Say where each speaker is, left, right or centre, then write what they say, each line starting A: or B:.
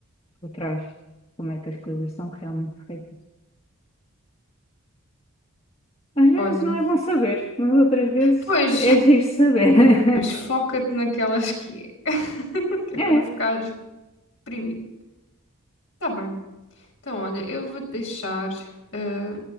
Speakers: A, on the left; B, on the left.
A: por trás como é que as coisas são realmente feitas. Às vezes
B: olha.
A: não é bom saber, mas outras vezes
B: Pois,
A: é giro saber. <laughs>
B: mas foca-te naquelas que é. <laughs> Que é para
A: É,
B: não ficares deprimido. Tá bem. Então, olha, eu vou te deixar, eh,